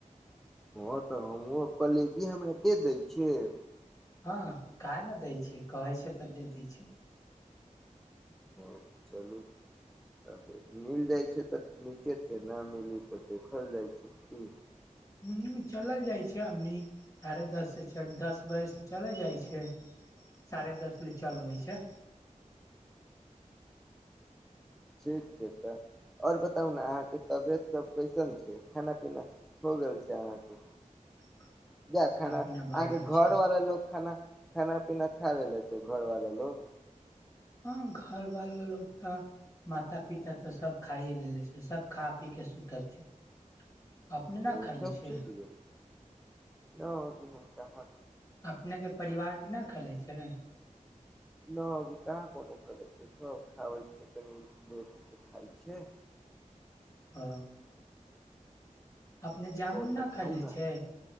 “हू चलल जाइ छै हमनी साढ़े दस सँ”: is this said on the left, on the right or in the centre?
Left